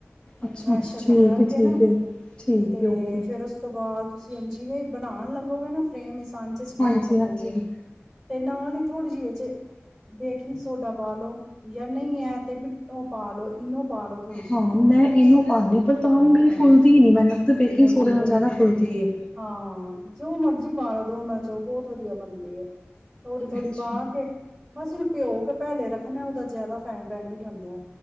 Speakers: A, on the left; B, in the centre.
A: ਅੱਛਾ
B: ਮੈਸ਼ਰ
A: ਅੱਛਾ
B: ਨਾ
A: ਠੀਕ
B: ਕਰ
A: ਹੈ
B: ਕੇ
A: ਠੀਕ
B: ਨਾ,
A: ਹੈ ਠੀਕ
B: ਤੇ
A: ਹੈ ਓਕੇ
B: ਫੇਰ ਉਸ ਤੋਂ ਬਾਅਦ ਤੁਸੀਂ ਅੰ ਜਿਵੇਂ ਬਣਾਨ ਲਗੋਗੇ ਨਾ ਫਰੇਮ ਸਾਂਚਾ ਪਾਨ
A: ਹਾਂਜੀ
B: ਲੱਗੋਗੇ।
A: ਹਾਂਜੀ
B: ਤੇ ਨਾਲ ਈ ਥੋੜ੍ਹੀ ਜੀ ਏਚ ਬੇਕਿੰਗ ਸੋਡਾ ਪਾਲੋ ਯਾ ਨਈ ਐ ਤੇ ਮਿੱਠ ਉਹ ਪਾ ਲੋ ਇਨੋ ਪਾ ਲੋ ਥੋੜ੍ਹੀ ਜਿਹੀ
A: ਹਾਂ, ਮੈਂ ਇਨੋ ਪਾਂਨੀ ਪਰ ਤਾਂ ਵੀ ਮੇਰੀ
B: ਹਾਂ
A: ਫੁੱਲਦੀ ਨੀ ਮੈਨੂੰ ਬੇਕਿੰਗ
B: ਨਹੀਂ,
A: ਸੋਡੇ
B: ਨਹੀਂ
A: ਨਾਲ ਜ਼ਿਆਦਾ ਫੁੱਲਦੀ ਹੈ
B: ਹਾਂ ਜੋ ਮਰ ਮਰਜ਼ੀ ਪਾ ਲੋ ਦੋਨਾਂ ਚੋਂ ਬੋਤ ਵਧੀਆ ਬਨਦੀ ਏ। ਥੋੜ੍ਹੀ, ਥੋੜੀ
A: ਅੱਛਾ
B: ਪਾ ਕੇ ਬਸ ਇਨੂੰ ਪਿਉਂ ਕੇ ਪਹਿਲੇ ਰੱਖਨਾਏ ਉਦਾ ਜਾਦਾ ਫੈ ਬੈਨੀਫਿਟ ਹੁੰਦਾ।